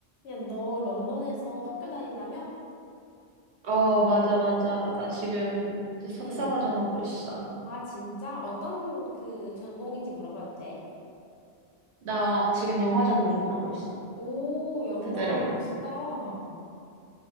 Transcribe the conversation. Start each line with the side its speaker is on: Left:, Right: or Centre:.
Left: 야, 너 런던에서 학교 다닌다며?
Right: 어, 맞아, 맞아. 나 지금 그 석사
Left: 응.
Right: 과정 하고 있어.
Left: 아, 진짜? 어떤 그 전공인지 물어봐도 돼?
Right: 나 지금 영화 전공 하고 있어.
Left: 오, 영화
Right: 그대로.
Left: 멋있다.